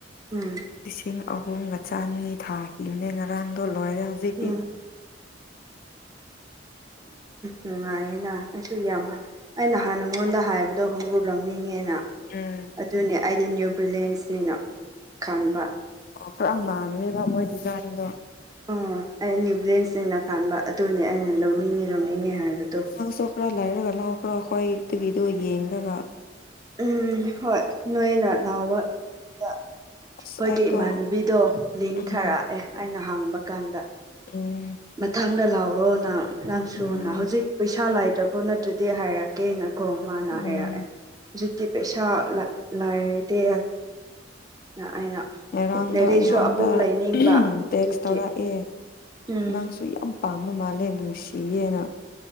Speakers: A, on the right; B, on the left.
A: ꯎꯝ
B: ꯂꯤꯁꯤꯡ ꯑꯍꯨꯝꯒ ꯆꯅꯤ ꯊꯥꯈꯤꯕꯅꯦ ꯉꯔꯥꯡꯗꯣ ꯂꯣꯏꯔꯦ ꯍꯧꯖꯤꯛꯇꯤ
A: ꯎꯝ ꯅꯨꯡꯉꯥꯏꯌꯦꯅ ꯑꯩꯁꯨ ꯌꯥꯝ ꯑꯩꯅ ꯍꯥꯟꯅꯉꯣꯟꯗ ꯍꯥꯏꯕꯗꯣ ꯈꯣꯉꯨꯞ ꯂꯧꯅꯤꯡꯉꯦꯅ
B: ꯎꯝ
A: ꯑꯗꯨꯅꯦ ꯑꯩꯗꯤ ꯅ꯭ꯌꯨ ꯕꯤꯂꯦꯟꯁꯅꯤꯅ ꯈꯟꯕ
B: ꯑꯣꯈꯔꯥ ꯃꯥꯟꯅꯩꯕ ꯃꯣꯏ ꯗꯤꯖꯥꯏꯟꯗꯣ
A: ꯑꯣ ꯑꯩ ꯅ꯭ꯌꯨ ꯕ꯭ꯂꯦꯟꯁꯅꯦꯅ ꯈꯟꯕ ꯑꯗꯨꯅꯦ ꯑꯩꯅ ꯂꯧꯅꯤꯡꯉꯤ ꯂꯧꯅꯤꯡꯉꯦ ꯍꯥꯏꯕꯗꯣ
B: ꯑꯥꯡꯁꯨ ꯈꯔ ꯂꯩꯥꯏꯔꯒ ꯂꯥꯎꯈ꯭ꯔꯣ ꯑꯈꯣꯏꯗꯨꯒꯤꯗꯨ ꯌꯦꯡꯂꯒ
A: ꯎꯝ ꯍꯣꯏ ꯅꯣꯏꯅ ꯅꯥꯎꯕ ꯑꯗꯨꯗ ꯑꯩꯈꯣꯏꯒꯤ
B: ꯑꯁ ꯑꯩꯗꯣ
A: ꯏꯃꯥꯟꯅꯕꯤꯗꯣ ꯂꯤꯡ
B: ꯎꯝ
A: ꯊꯥꯔꯛꯑꯦ ꯑꯩꯅ ꯍꯥꯡꯕ ꯀꯥꯟꯗ
B: ꯎꯝ
A: ꯃꯊꯥꯡꯗ ꯂꯥꯛꯔꯣ ꯅꯪ ꯅꯪꯁꯨꯅ
B: ꯎꯝ
A: ꯍꯧꯖꯤꯛ ꯄꯩꯁꯥ ꯂꯥꯏꯇꯕ ꯅꯠꯇ꯭ꯔꯗꯤ ꯍꯥꯏꯔꯛ ꯀꯦꯅꯀꯣ ꯃꯥꯅ
B: ꯎꯝ
A: ꯍꯥꯢꯔꯛꯑꯦ ꯍꯧꯖꯤꯛꯇꯤ ꯄꯩꯁꯥ ꯂꯩꯇꯦꯅ ꯑꯩꯅ
B: ꯉꯔꯥꯡꯗꯣ
A: ꯂꯥꯏꯔꯤꯛꯁꯨ
B: ꯑꯩꯉꯣꯟꯗ
A: ꯑꯃꯨꯛ ꯂꯩꯅꯤꯡꯕ
B: ꯇꯦꯛꯁ
A: ꯑꯗꯨꯒꯤ
B: ꯇꯧꯔꯛꯑꯦ
A: ꯎꯝ
B: ꯅꯪꯁꯨ ꯌꯥꯝ ꯄꯥꯝꯕ ꯃꯥꯜꯂꯦ ꯅꯨꯡꯁꯤꯌꯦꯅ